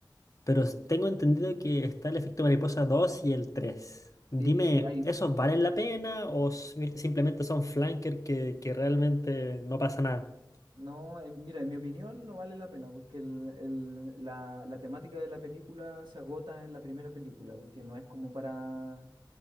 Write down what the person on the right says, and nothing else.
Sí, sí, hay,
no, en- mira, en mi opinión no vale la pena, porque el, el- la, la temática de la película se agota en la primera película, porque no es como para...